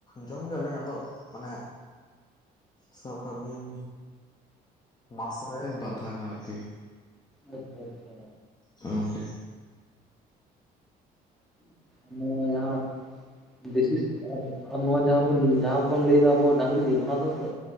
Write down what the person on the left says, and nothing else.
ᱡᱚᱢ ᱜᱮᱭᱟᱞᱮ ᱟᱫᱚ ᱢᱟᱱᱮᱼᱼ ᱥᱟᱵ ᱠᱟᱜ ᱵᱤᱱ ᱢᱟᱥ ᱨᱮ ᱵᱟᱨ ᱫᱷᱟ ᱜᱟᱱ ᱟᱨᱠᱤ᱾
ᱦᱚᱭ ᱜᱚᱢᱠᱮ᱾